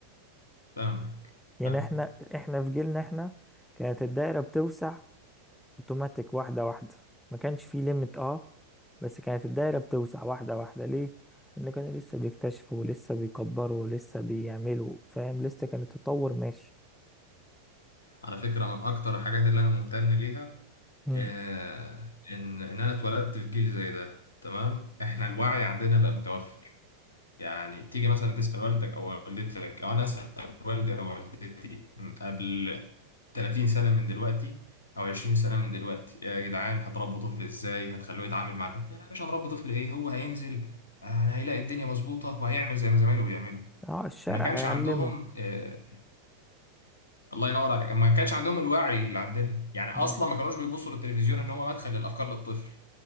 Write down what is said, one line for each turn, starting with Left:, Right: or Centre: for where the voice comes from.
Left: فاهمك
Centre: يعني
Left: فاهم
Centre: احنا احنا في جيلنا احنا كانت الدايره بتوسع اوتوماتيك واحده واحده ما كانش فيه ليميت اه بس كانت الدايره بتوسع واحده واحده ليه ان كانوا لسه بيكتشفوا ولسه بيكبروا ولسه بيعملوا فاهم لسه كان التطور ماشي
Left: على فكره من اكتر الحاجات اللي انا ممتن ليها
Centre: مم.
Left: آه، ان ان انا اتولدت في جيل زي ده تمام احنا الوعي عندنا بقى متوفر يعني تيجي مثلا تسأل والدك أو والدتك أو أنا أسأل والدي أو والدتي م، قبل 30 سنة من دلوقتي أو 20 سنة من دلوقتي يا جدعان هتربوا طفل إزاي هتخلوه يتعامل مع الحاجة لا مش هنربي طفل إيه هو هينزل آه، أنا هيلاقي الدنيا مظبوطة وهيعمل زي ما زمايله بيعملوا
Centre: اه الشارع
Left: ما كانش
Centre: هيعلمه
Left: عندهم آه، الله ينور عليك ما كانش عندهم الوعي اللي عندنا يعني اصلا
Centre: مم.
Left: ما كانوش بيبصوا للتلفزيون ان هو مدخل للافكار للطفل